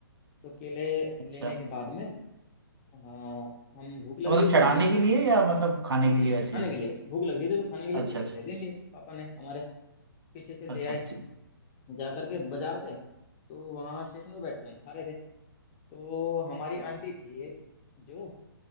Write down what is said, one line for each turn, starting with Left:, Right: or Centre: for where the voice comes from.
Left: तो केले
Right: अच्छा
Left: लेने के बाद में हाँ हम भूख लग
Right: तो मतलब
Left: रही
Right: चढ़ाने
Left: थी तो
Right: के लिए या मतलब खाने के
Left: नहीं
Right: लिए वैसे
Left: खाने
Right: ही
Left: के लिए भूख लग रही थी तो खाने के लिए
Right: अच्छा
Left: केले
Right: अच्छा
Left: वेले ले लिए पापा ने हमारे पीछे से ले
Right: अच्छा
Left: आए
Right: अच्छा
Left: जा करके बाजार से तो वहाँ स्टेशन पे बैठ के हम खा रहे थे तो हमारी आंटी थी एक जो